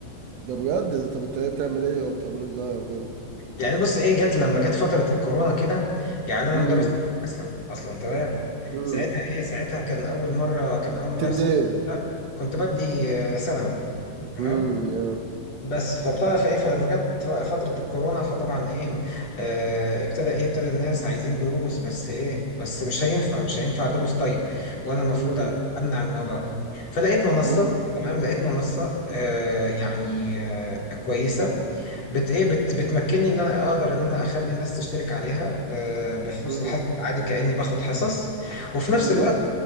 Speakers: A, on the right; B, on the left.
A: ده بجد ده طب الطريقه بتعمل ايه وبتعمله ازاي وكده
B: يعني بص ايه جت لما جت فترة الكورونا كده يعني انا
A: امم
B: مدرس اصلا اصلا تمام
A: امم
B: ساعتها ايه ساعتها كان اول مرة كان اول مرة
A: بتدي
B: يحصل
A: ايه
B: لا، كنت بدي آه، ثانوي تمام
A: امم يا
B: بس فابتدى فايه فلما جت فترة الكورونا فطبعا ايه آه ابتدى ايه ابتدى الناس عايزين دروس بس ايه بس مش هينفع مش هينفع دروس طيب وانا المفروض
A: امم
B: امنع الموضوع ده فلقيت منصة
A: امم
B: تمام لقيت منصة آه يعني آه كويسة بت ايه بت بتمكنني ان انا اقدر ان انا اخلي الناس تشترك عليها ب- بفلوس
A: امم
B: الحصص عادي كاني باخد حصص وفي نفس
A: امم
B: الوقت